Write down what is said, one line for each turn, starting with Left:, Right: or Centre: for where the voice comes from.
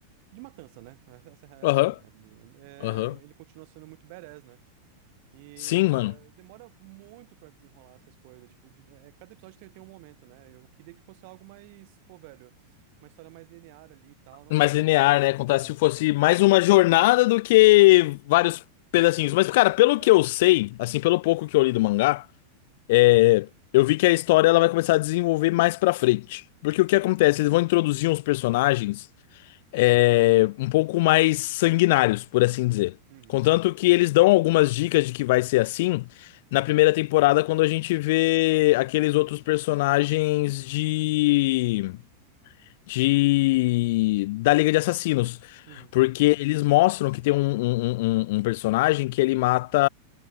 Right: de matança, né? Essa, essa
Left: Aham,
Right: é a realidade. do- é,
Left: aham.
Right: ele continua sendo muito badass, né? E,
Left: Sim,
Right: cara,
Left: mano.
Right: demora muito pra desenrolar essas coisas. Tipo, de- é, cada episódio tem, tem um momento, né? Eu queria que fosse algo mais, pô, velho, uma história mais linear ali e tal. Não
Left: Mais
Right: fosse.
Left: linear, né? Contar
Right: É.
Left: se fosse mais uma jornada do que vários pedacinhos. Mas, cara, pelo
Right: É.
Left: que eu sei, assim, pelo pouco que eu li do mangá, é, eu vi que a história ela vai começar a desenvolver mais pra frente. Porque o que acontece? Eles vão introduzir uns personagens é, um pouco mais sanguinários, por assim dizer.
Right: Uhum,
Left: Contanto que eles dão algumas dicas de que vai ser assim na primeira temporada, quando a gente vê aqueles outros personagens de. de da Liga de Assassinos,
Right: uhum.
Left: porque eles mostram que tem um, um, um- um um personagem que ele mata